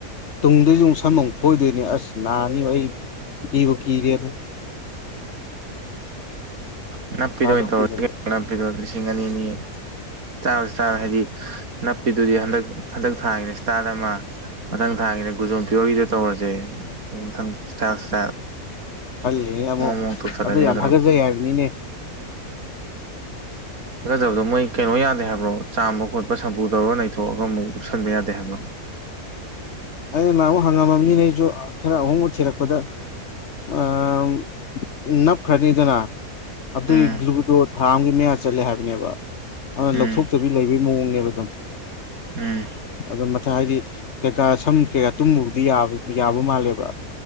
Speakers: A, on the left (about 55°); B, on the right (about 65°).
A: ꯇꯨꯡꯗꯩꯁꯨ ꯑꯃꯨꯛ ꯁꯝ ꯑꯃꯨꯛ ꯐꯣꯏꯗꯣꯏꯅꯤ ꯑꯁ ꯅꯥꯅꯤꯕꯣ ꯑꯩ ꯀꯤꯕꯨ ꯀꯤꯔꯦꯗꯨ
B: ꯎꯝ ꯅꯞꯄꯤꯗꯣ
A: ꯊꯥꯗꯧ
B: ꯑꯣꯏꯅ ꯇꯧꯔꯁꯤ
A: ꯀꯤꯁꯜꯂꯦ
B: ꯅꯄꯤꯗꯣ ꯂꯤꯁꯤꯡ ꯑꯅꯤ ꯑꯅꯤ ꯏꯁꯇꯥꯔ ꯏꯁꯇꯥꯔ ꯍꯥꯏꯗꯤ ꯅꯞꯄꯤꯗꯨꯗꯤ ꯍꯟꯗꯛ ꯍꯟꯗꯛ ꯊꯥꯒꯤꯅ ꯏꯁꯇꯥꯜ ꯑꯃ ꯃꯊꯪ ꯊꯥꯒꯤꯅ ꯒꯨꯖꯣꯝ ꯄꯤꯌꯣꯔꯒꯤꯗ ꯇꯧꯔꯁꯦ ꯃꯊꯪ ꯏꯁꯇꯥꯏꯜ ꯏꯁꯇꯥꯏꯜ
A: ꯈꯜꯂꯤ ꯑꯃꯨꯛ
B: ꯃꯑꯣꯡ ꯃꯑꯣꯡ ꯇꯧꯁꯜꯂꯁꯦ
A: ꯑꯗꯨ
B: ꯀꯩꯗꯧꯔꯒꯦ
A: ꯌꯥꯝ ꯍꯒꯆꯩ ꯍꯥꯏꯕꯅꯤꯅꯦ
B: ꯍꯒꯖꯕꯗꯣ ꯃꯣꯏ ꯀꯩꯅꯣ ꯌꯥꯗꯦ ꯍꯥꯏꯕ꯭ꯔꯣ ꯆꯥꯝꯕ ꯈꯣꯠꯄ ꯁꯝꯄꯨ ꯇꯧꯔꯒ ꯅꯩꯊꯣꯛꯑꯒ ꯑꯃꯨꯛ ꯎꯨꯞꯁꯟꯕ ꯌꯥꯗꯦ ꯍꯥꯏꯕ꯭ꯔꯣ
A: ꯑꯩꯅ ꯅꯍꯥꯃꯨꯛ ꯍꯪꯉꯝꯃꯕꯅꯤꯅꯦ ꯑꯩꯁꯨ ꯈꯔ ꯑꯍꯣꯡꯕ ꯊꯤꯔꯛꯄꯗ ꯑꯥ ꯅꯞꯈ꯭ꯔꯅꯤꯗꯅ ꯑꯗꯨꯒꯤ
B: ꯎꯝ
A: ꯒ꯭ꯂꯨꯗꯣ ꯊꯥ ꯑꯝꯒꯤ ꯃꯌꯥ ꯆꯠꯂꯦ ꯍꯥꯏꯕꯅꯦꯕ ꯑꯗꯨꯅ
B: ꯎꯝ
A: ꯂꯧꯊꯣꯛꯇꯣꯏ ꯕꯤ ꯂꯩꯕꯩ ꯃꯑꯣꯡꯅꯦꯕ ꯑꯗꯨꯝ
B: ꯎꯝ
A: ꯑꯗꯣ ꯃꯊꯥ ꯍꯥꯏꯗꯤ ꯀꯩꯀꯥ ꯁꯝ ꯀꯩꯀꯥ ꯇꯨꯝꯃꯨꯕꯗꯤ ꯌꯥꯕ ꯌꯥꯕ ꯃꯥꯜꯂꯦꯕ